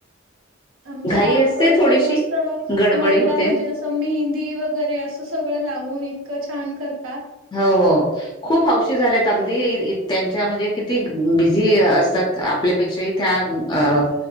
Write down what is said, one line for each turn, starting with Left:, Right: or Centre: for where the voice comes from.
Right: आमच्या
Left: घाई
Right: गावाकड
Left: असते थोडीशी
Right: तर मस्त
Left: गडबडी
Right: महिला
Left: होते
Right: म्हणजे जसं मेहंदी वगैरे असं सगळं लावून इतकं छान करतात.
Left: हो हो खूप हौशी झालेत अगदी त्यांच्या म्हणजे किती बिझी असतात. आपल्यापेक्षा त्या